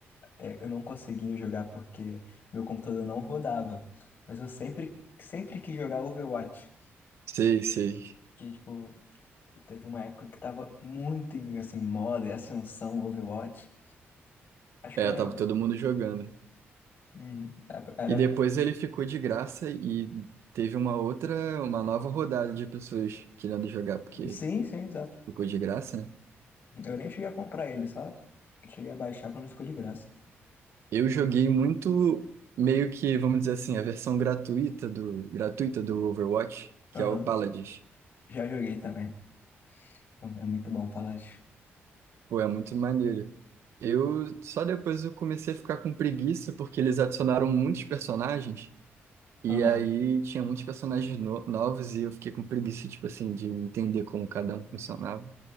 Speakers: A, on the left (about 50°); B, on the right (about 70°).
A: é, eu não conseguia jogar porque meu computador não rodava. Mas eu sempre, sempre quis jogar Overwatch.
B: Sei, sei.
A: Que, tipo, que teve uma época que tava muito em, assim, moda e ascensão Overwatch. Acho
B: É,
A: que era.
B: tava todo mundo jogando.
A: Uhum. é, Era
B: E depois ele ficou de graça e teve uma outra, uma nova rodada de pessoas querendo jogar, porque
A: Sim, sim, exato.
B: ficou de graça, né?
A: Eu nem cheguei a comprar ele, só cheguei a baixar quando ficou de graça.
B: Eu joguei muito, meio que, vamos dizer assim, a versão gratuita do, gratuita do Overwatch, que
A: Aham.
B: é o Paladins.
A: Já joguei também. Hum, É muito bom Paladins.
B: Pô, é muito maneiro. Eu só depois eu comecei a ficar com preguiça, porque eles adicionaram muitos personagens, e
A: Aham.
B: aí tinha muitos personagens no- novos, e eu fiquei com preguiça, tipo assim, de entender como cada um funcionava.